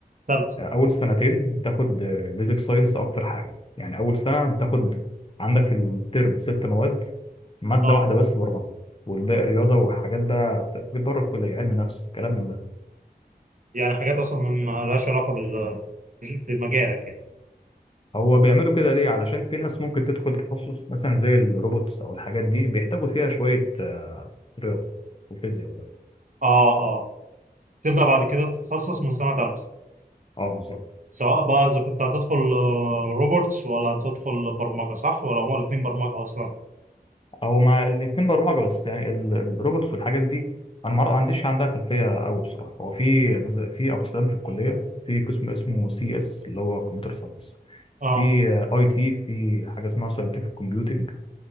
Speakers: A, on the right (about 50°); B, on the left (about 35°).
A: ثالثه
B: اول سنتين بتاخد بيزك ساينس اكتر حاجه يعني اول سنه بتاخد عندك في الترم ست مواد ماده
A: اه
B: واحده بس برمجه والباقي رياضه وحاجات بقى بره الكليه علم نفس كلام من ده
A: يعني حاجات اصلا ما لهاش علاقه بال بمجالك يعني
B: هو بيعملوا كده ليه علشان في ناس ممكن تدخل تخصص مثلا زي الروبوتس او الحاجات دي بيحتاجوا فيها شويه آه، رياضه وفيزياء وكده
A: اه اه تبدا بعد كده تتخصص من سنه ثالثه
B: اه بالظبط
A: سواء بقى اذا كنت هتدخل آه، روبوتس ولا هتدخل برمجه صح ولا هما الاثنين برمجه اصلا
B: هو مع الاتنين برمجة بس يعني ال- الروبوتس والحاجات دي أنا ما ما عنديش عندها خلفية قوي بصراحة هو في أجزاء في أقسام في الكلية في قسم اسمه سي اس اللي هو كمبيوتر ساينس
A: اه
B: في اي تي في حاجة اسمها ساينتفك كومبيوتنج